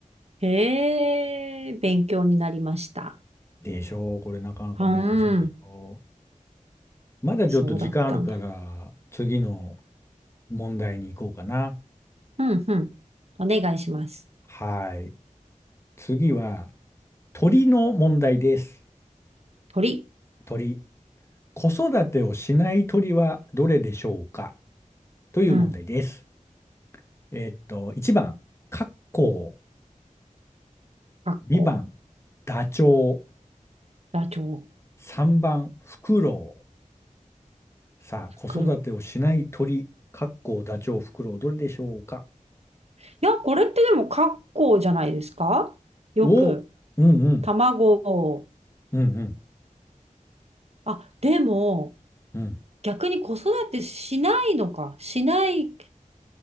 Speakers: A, on the right; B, on the left.
A: へえ、勉強になりました。
B: でしょう、これなかなかね、
A: う
B: 面白いでしょ
A: ん、
B: う。まだちょっと時間あるから次の
A: そうだったんだ。
B: 問題に行こうかな。
A: うん、うん。お願いします。
B: はい。次は鳥の問題です。
A: 鳥。
B: 鳥。子育てをしない鳥はどれでしょうかという問題です。
A: うん。
B: えーっと、1番、カッコ
A: カッコ、
B: ウ。2番、ダチョウ。
A: ダチョウ、
B: 3番、フクロウ。さあ、子育てをしない鳥、
A: 黒。
B: カッコウ、ダチョウ、フクロウ、どれでしょうか
A: いや、これってでもカッコじゃないですかよく、
B: お、うんうん、
A: 卵を。
B: うんうん、
A: あ、でも、
B: うん、
A: 逆に子育てしないのか。しない